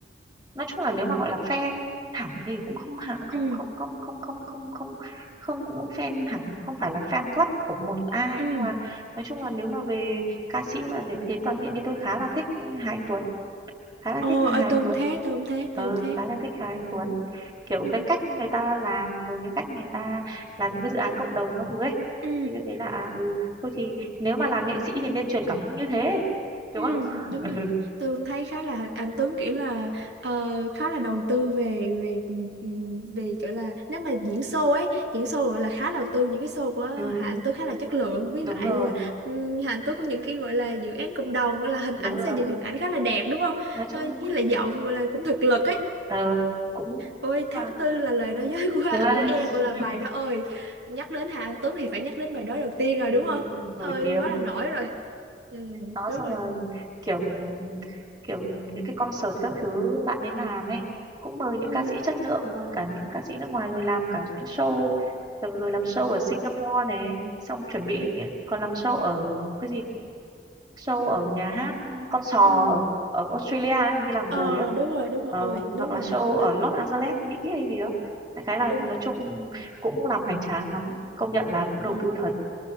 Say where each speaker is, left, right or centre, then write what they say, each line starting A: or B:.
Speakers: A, on the right; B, on the right.
A: nói chung là nếu mà gọi là fan hẳn thì cũng không hạ không
B: ừ,
A: không không không không không không không cũng fan hẳn không phải là fan club của một ai
B: ừ.
A: nhưng mà nói chung là nếu mà về ca sĩ mà để thế toàn diện thì tôi khá là thích Hà Anh Tuấn khá là
B: Ồ,
A: thích
B: ơi
A: hai anh
B: tôi cũng
A: Tuấn
B: thế, tôi cũng thế,
A: ừ,
B: tôi cũng thế.
A: khá là thích hai anh Tuấn kiểu
B: Ừ,
A: cái cách người ta làm rồi cái cách người ta làm những cái dự án cộng đồng các thứ ấy
B: ừ,
A: thì tôi thấy là à, ừ thôi thì nếu mà là nghệ sĩ thì nên truyền cảm hứng như thế đúng
B: ừ,
A: không
B: đúng
A: <laughs> ừ,
B: rồi. Tôi cũng thấy khá là anh Tuấn kiểu là ờ, khá là đầu tư về về ừ, ừ, về kiểu là nếu mà diễn show ấy, diễn show gọi là khá đầu tư những cái show của
A: ừ,
B: Hà Anh Tuấn khá là chất lượng với
A: đúng
B: lại
A: rồi
B: ừ, Hà Anh Tuấn có những cái gọi là dự án cộng đồng gọi là hình
A: đúng
B: ảnh
A: rồi
B: xây dựng hình ảnh khá là đẹp đúng không?
A: nói chung
B: Ờ, với lại giọng gọi là cũng thực lực ấy.
A: ờ, cũng
B: Ôi
A: cũng
B: tháng
A: là
B: tư là lời nói dối của
A: đúng rồi
B: của em
A: <laughs>
B: gọi là bài đó ơi nhắc đến Hà Anh Tuấn thì phải nhắc đến bài đó đầu tiên rồi
A: ừ,
B: đúng không
A: nổi
B: ơi
A: tiếng
B: quá là nổi rồi ừ
A: đó
B: đúng
A: xong
B: rồi
A: rồi kiểu ừm, kiểu những cái concert các thứ bạn ấy làm ấy cũng mời những
B: ừ
A: ca sĩ chất lượng rồi cả những ca sĩ nước ngoài rồi làm cả những show rồi, rồi làm show ở Singapore này xong chuẩn bị
B: ừ
A: cái- còn làm show ở cái gì show ở nhà hát ừ, con sò
B: ừ
A: ở, ở Australia ấy, như làm
B: ờ
A: rồi á
B: đúng rồi đúng rồi
A: ờ,
B: ôi đúng
A: hoặc
B: là
A: là show ở
B: thật
A: Los
B: là
A: Angeles Mỹ hay gì đó Đại khái là
B: đúng
A: nói
B: rồi
A: chung cũng làm hoành tráng lắm công nhận là cũng đầu
B: ừ
A: tư thật